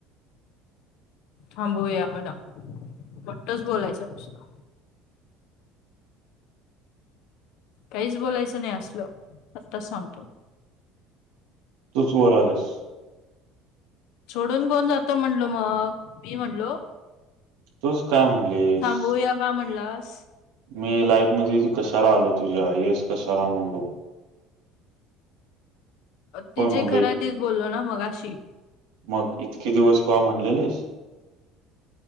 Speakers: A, on the left; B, on the right.
A: थांबूया म्हण मोट्टच बोलायचं नुस्तं. काहीच बोलायचं नाही असलं आत्ताच सांगतो.
B: तूच बोलल्यास.
A: सोडून कोण जातो म्हणलो मग मी म्हणलो.
B: तूच काय म्हणलीस
A: थांबूया का म्हणलास.
B: मी लाईफ मधे कशाला आलो तुझ्या येस कशाला म्हनलो.
A: ते
B: कोण
A: जे
B: म्हणलंय
A: खरंय तेच बोललो ना मगाशी.
B: मग इतके दिवस कवा म्हणल्यालीस.